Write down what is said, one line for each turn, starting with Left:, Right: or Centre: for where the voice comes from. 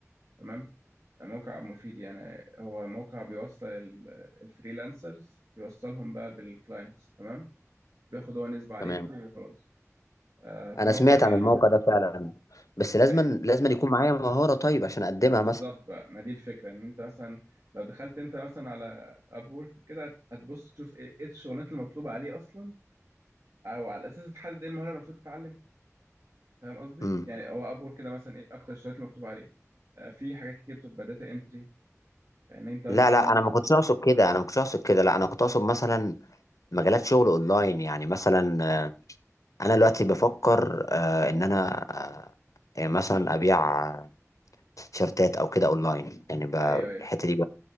Right: تمام موقع مفيد يعني هو موقع بيوصل ال- الفريلانسرز بيوصلهم بقى بالكلاينتس تمام بياخد هو نسبه عليك
Left: تمام
Right: وخلاص آه، فموقع
Left: انا سمعت
Right: جامد
Left: عن الموقع ده فعلا بس لازم
Right: ايوه
Left: لازم يكون معايا مهاره طيب عشان اقدمها
Right: هو بالظبط
Left: مثلا
Right: بقى ما دي الفكره ان انت مثلا لو دخلت انت مثلا على اب وورك وكده هتبص تشوف ايه إيه الشغلانات المطلوبه عليه اصلا او على اساس تحدد ايه المهاره اللي المفروض تتعلم فاهم قصدي؟
Left: امم
Right: يعني هو ابور كده مثلا ايه اكتر الشغلات اللي مكتوب عليه آه، في حاجات كتير بتبقى داتا انتري ان انت بس
Left: لا
Right: تكون
Left: لا انا ما كنتش اقصد كده انا ما كنتش اقصد كده لا انا كنت اقصد مثلا مجالات شغل اونلاين يعني مثلا آه، انا دلوقتي بفكر آه، ان انا آه، يعني مثلا ابيع تيشرتات او كده اونلاين يعني ب-
Right: ايوه ايوه
Left: الحته
Right: فهمت
Left: دي